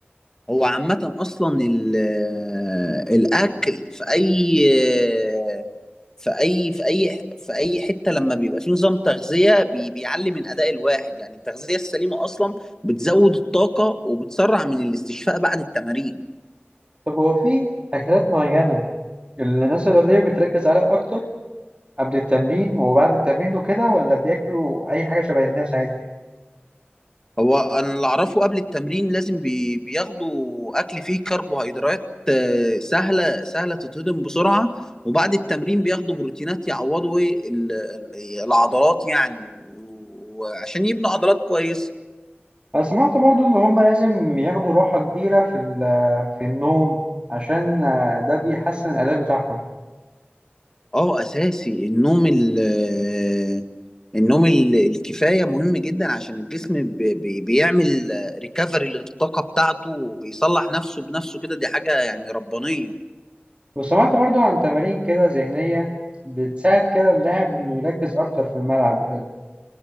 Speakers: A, on the left; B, on the right.
A: هو عامة أصلا ال- آه، الأكل في أي آه، في أي في أي في أي حتة لما بيبقى فيه نظام تغذية بي- بيعلي من أداء الواحد يعني التغذية السليمة أصلا بتزود الطاقة وبتسرع من الاستشفاء بعد التمارين
B: طب هو في اكلات معينه الناس الرياضية بتركز عليها أكتر قبل التمرين وبعد التمرين وكده ولا بياكلوا أي حاجة شبه الناس عادي؟
A: هو انا اللي اعرفه قبل التمرين لازم بي... بياخدوا اكل فيه كربوهيدرات آه، سهله سهله تتهضم بسرعه وبعد التمرين بياخدوا بروتينات يعوضوا إيه ال... ال- العضلات يعني و- وعشان يبنوا عضلات كويسه
B: أنا سمعت برضو إن هما لازم ياخدوا راحة كبيرة في ال- آه، في النوم عشان آه، ده بيحسن الأداء بتاعهم
A: اه اساسي النوم ال... آه، النوم ال... الكفايه مهم جدا عشان الجسم ب... ب... بيعمل ريكفري للطاقه بتاعته وبيصلح نفسه بنفسه كده دي حاجه يعني ربانيه
B: وسمعت برضو عن تمارين كده ذهنية بتساعد كده اللاعب إنه يركز أكتر في الملعب وكده